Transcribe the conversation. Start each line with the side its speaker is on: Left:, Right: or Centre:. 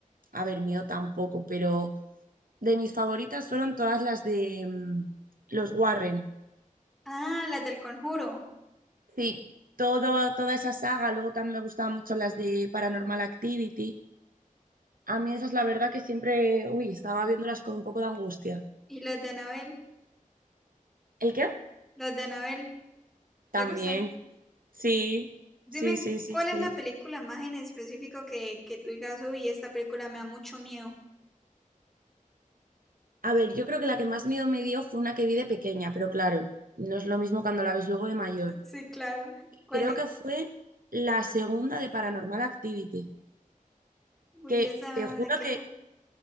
Right: a ver, mío tampoco, pero de mis favoritas fueron todas las de mm, los Warren.
Centre: Ah, las del Conjuro
Right: Sí, Todo, toda esa saga, luego también me gustaban mucho las de Paranormal Activity. A mí esas, la verdad, que siempre, uy, estaba viéndolas con un poco de angustia.
Centre: y las de Anabel,
Right: ¿El qué?
Centre: las de Anabel,
Right: También,
Centre: ¿te gustan?
Right: sí,
Centre: Dime,
Right: sí, sí, sí,
Centre: ¿cuál
Right: sí.
Centre: es la película más en específico que, que tú digas, uy, esta película me da mucho miedo?
Right: A ver, yo creo que la que más miedo me dio fue una que vi de pequeña, pero claro, no es lo mismo cuando la ves luego de mayor.
Centre: <laughs> Sí, claro. ¿Cuál
Right: Creo
Centre: es?
Right: que fue la segunda de Paranormal Activity.
Centre: Uy,
Right: que
Centre: ¿esa
Right: te juro
Centre: de qué
Right: que
Centre: era?